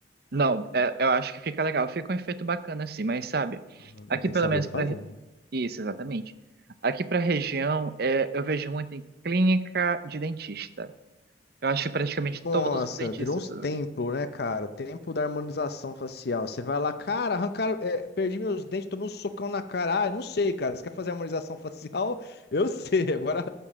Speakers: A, on the right; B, on the left.
A: não, é- eu acho que fica legal, fica um efeito bacana assim, mas sabe,
B: Uhum.
A: aqui
B: Mas tem
A: pelo
B: que saber
A: menos
B: fazer,
A: para
B: né?
A: isso, exatamente. Aqui para a região, é, eu vejo muito em clínica de dentista. Eu acho que praticamente
B: Nossa,
A: todos os dentistas.
B: virou uns templos, né, cara? Templo da harmonização facial. Você vai lá, cara, arrancaram, é, perdi meus dentes, tomei um socão na cara. Ah, eu não sei, cara. Você quer fazer harmonização facial? <laughs> Eu sei. Agora,